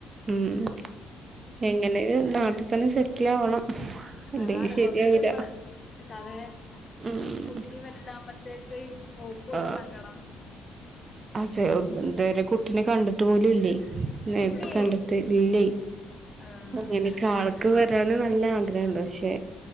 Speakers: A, on the right; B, on the left.
A: ഉം എങ്ങനെ ലും നാട്ടിൽ തന്നെ സെറ്റിൽ ആവണം ഇല്ലെങ്കി
B: അതാണ്
A: ശരിയാവില്ല
B: കൊർ ച്ച് മ്മള് തവേ
A: ഉം
B: കുട്ടി വെൽതാവുമ്പ ത്തേക്ക് ഓ ഇപ്പൊ
A: ആ
B: ഒരു സങ്കടം
A: അതെ ഇത് വരെ കുട്ടിനെ കണ്ടിട്ട് പോലും ഇല്ലേ. നേരിട്ട്
B: ഇല്ലേ
A: കണ്ടിട്ട് ഇല്ലേ
B: ആഹ്
A: അങ്ങനൊക്കെ ആൾക്ക്
B: അപ്പ
A: വരാന് നല്ല ആഗ്രഹണ്ട്. പക്ഷെ